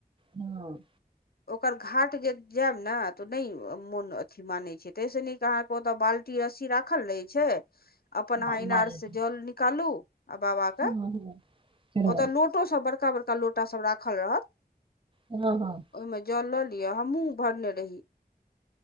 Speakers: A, on the right (about 30°); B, on the left (about 70°).
A: हँ
B: ओकर घाट जे जायब ने तऽ नहि मोन अथि मानै छै ताहिसँ नीक ओतऽ बाल्टी रस्सी राखल रहै छै अपन
A: हँ
B: अहाँ
A: इनारे
B: इनार से
A: सँ
B: जल निकालू आ बाबा के
A: हँ हँ चढ़ल
B: ओतऽ लोट लोटो सब बड़का बड़का लोटा सब राखल रहत
A: हँ हँ
B: ओहिमे जल लऽ लिय हमूँ भरने रही